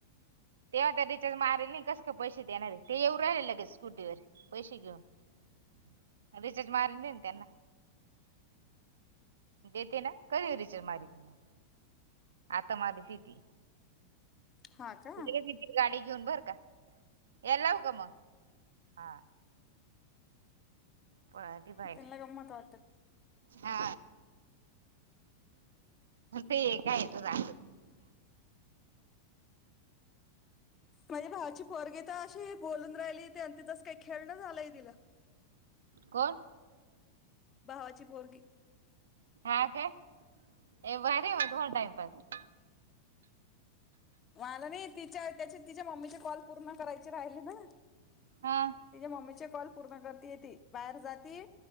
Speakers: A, on the right (about 65°); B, on the left (about 25°).
A: तेव्हा त्या रिचार्ज मारल नाही कस का पैसे देणारे ते येऊ राहिल लगेच स्कूटी वर पैसे घेऊन रिचर्ज मारन त्यां त्यांना देते ना कधी रिच मारी त म आता मारी ति ते
B: हा का
A: िथ गाडी घेऊन बर का यायला लाव का मग हा प बाहेर
B: त्यांना गंमत वाटत
A: हा ते का येत जा
B: माझे भावाची पगेता अशी बोलून राहिली ते अंत जस काही खेळण झालंय तिला
A: करण
B: भावाची बोरगी
A: हा का ए बाहेर म त टाइमप
B: मला नाही तिच्या त्याचे तिच्या मम्मीचे कॉल पूर्ण करायचे राहिले ना तिच्या
A: हा
B: मम्मीचे कॉल पूर्ण करती येते बाहेर जाती